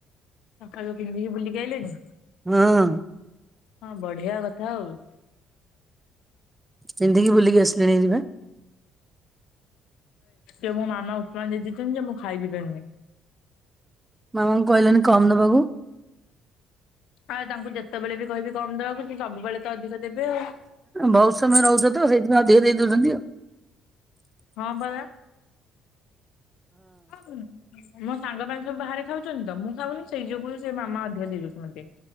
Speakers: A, on the left; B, on the right.
A: ସଖାଳୁ ପିନ୍ଧିକି ବୁଲିକି ଆଇଲେଣିି?
B: ହଁ।
A: ହଁ ବଢିଆ କଥା ଆଉ।
B: ପିନ୍ଧିକି ବୁଲିକି ଆସ‌୍ଲେଣି ହେରି ବା।
A: ଏ ମୋ ମାମା ଉପମା ଦେଇଛନ୍ତି ଯେ ମୁଁ ଖାଇବି ପାରୁନି।
B: ମାମାଙ୍କୁ କହିଲନି କମ ଦବାକୁ
A: ଆଉ ତାଙ୍କୁ ଯେତେବେଳେ ବି କହିବି କମ ଦେବାକୁ ସେ ସବୁବେଳେ ତ ଅଧିକ ଦେବେ ଆଉ।
B: ବହୁତ ସମୟ ରହୁଛ ତ ସେଇଥିପାଇଁ ଅଧିକ ଦେଇ ଦଉଛନ୍ତି ଆଉ।
A: ହଁ ପରା ମୋ ସାଙ୍ଗମାନେ ସବୁ ବାହାରେ ଖାଉଛନ୍ତି ତ ମୁଁ ଖାଉନି ସେଇ ଯୋଗୁ ସେ ମାମା ଅଧିକ ଦେଇ ଯଉଛନ୍ତି।